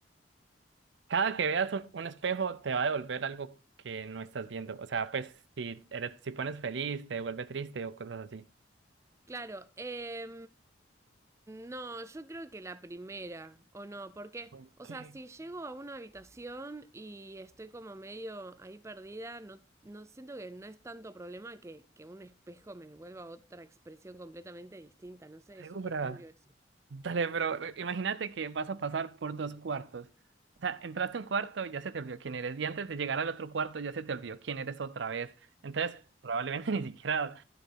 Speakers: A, on the right; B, on the right.
A: cada que veas un, un espejo te va a devolver algo que no estás viendo. O sea, pues si eres, si pones feliz, te devuelve triste o cosas así.
B: claro. Eh, no, yo creo que la primera, o no, porque,
A: Como,
B: o
A: ¿Qué?
B: sea, si llego a una habitación y estoy como medio ahí perdida, no, no siento que no es tanto problema que, que un espejo me devuelva otra expresión completamente distinta, no sé,
A: ¿Segura?
B: es súper turbio eso.
A: Dale, pero eh, imagínate que vas a pasar por dos cuartos. O sea, entraste a un cuarto, ya se te olvidó quién eres. Y antes de llegar al otro cuarto, ya se te olvidó quién eres otra vez. Entonces, probablemente <laughs> ni siquiera,